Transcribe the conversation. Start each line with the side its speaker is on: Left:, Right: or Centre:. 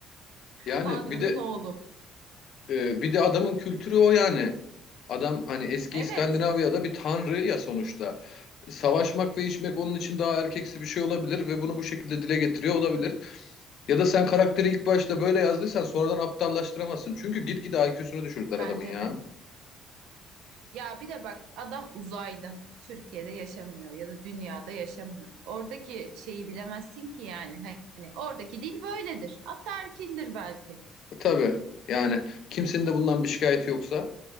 Left: Yani
Right: Tanrı'nın
Left: bir de
Right: oğlu.
Left: Ee, bir de adamın kültürü o yani. Adam hani eski
Right: Evet,
Left: İskandinavya'da bir tanrı ya sonuçta. Savaşmak ve içmek onun için daha erkeksi bir şey olabilir ve bunu bu şekilde dile getiriyor olabilir. Ya da sen karakteri ilk başta böyle yazdıysan sonradan aptallaştıramazsın. Çünkü gitgide IQ'sunu düşürdüler
Right: bence
Left: adamın ya.
Right: de. Ya bir de bak adam uzaylı. Türkiye'de yaşamıyor ya da dünyada yaşamıyor. Oradaki şeyi bilemezsin ki yani. Hani oradaki dil böyledir. Ataerkildir belki.
Left: E, tabii yani kimsenin de bundan bir şikayeti yoksa